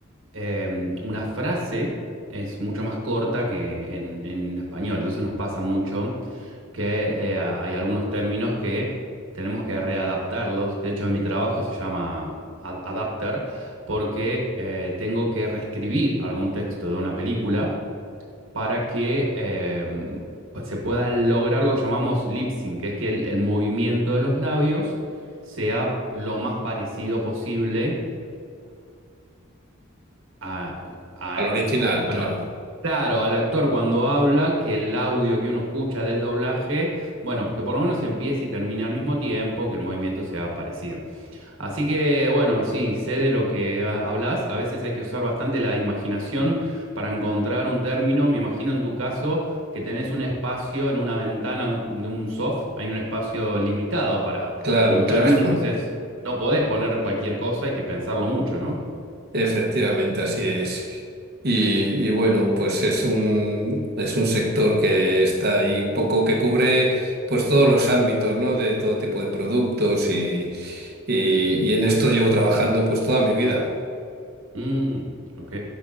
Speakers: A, on the right; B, on the right.
A: eh, una frase es mucho más corta que en, en español. Entonces nos pasa mucho que eh, a- hay algunos términos que tenemos que readaptarlos. De hecho, en mi trabajo se llama ad- adapter porque eh, tengo que reescribir algún texto de una película para que eh, pues se pueda lograr lo que llamamos lip sync, que es que el, el movimiento de los labios sea lo más parecido posible a- a-
B: Al original,
A: bueno,
B: claro.
A: claro, al actor cuando habla, que el audio que uno escucha del doblaje, bueno, porque por lo menos empieza y termina al mismo tiempo, que el movimiento sea parecido. Así que, bueno, sí, sé de lo que ah, hablas. A veces hay que usar bastante la imaginación para encontrar un término. Me imagino en tu caso que tenés un espacio en una ventana de un, de un soft, hay un espacio limitado para
B: Claro,
A: un término,
B: claro.
A: entonces no podés poner cualquier cosa, hay que pensarlo mucho, ¿no?
B: Efectivamente, así es. Y, y bueno, pues es un, es un sector que está ahí un poco que cubre pues todos los ámbitos, ¿no? De todo tipo de productos y, y, y en esto llevo trabajando pues toda mi vida.
A: Mm, ok,